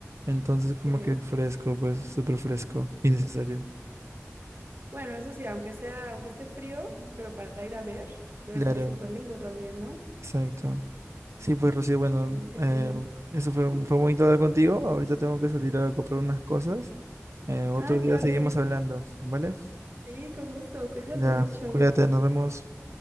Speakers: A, on the right; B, on the right.
A: entonces como
B: sí.
A: que fresco, pues súper fresco, innecesario.
B: Bueno, eso sí, aunque sea, aunque esté frío, pero para ir a ver, debe
A: Claro,
B: ser súper lindo también, ¿no?
A: exacto. Sí, pues Rocío, bueno,
B: Uy, qué
A: eh,
B: bello.
A: eso fue, fue bonito hablar contigo, ahorita tengo que salir a comprar unas cosas, eh, otro
B: Ah,
A: día
B: claro,
A: seguimos
B: sí.
A: hablando, ¿vale?
B: Sí, con gusto. Cuídate
A: Ya,
B: mucho.
A: cuídate, nos vemos.